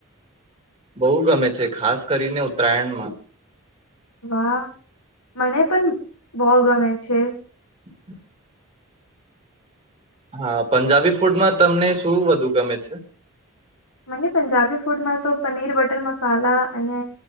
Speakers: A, on the right; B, on the left.
A: બહુ ગમે છે ખાસ કરીને ઉત્તરાયણમાં.
B: વાહ મને પણ બહ ગમે છે.
A: હ. હા પંજાબી ફૂડમાં તમને શું વધુ ગમે છે.
B: મને પંજાબી ફૂડમાં તો પનીર બટર મસાલા અને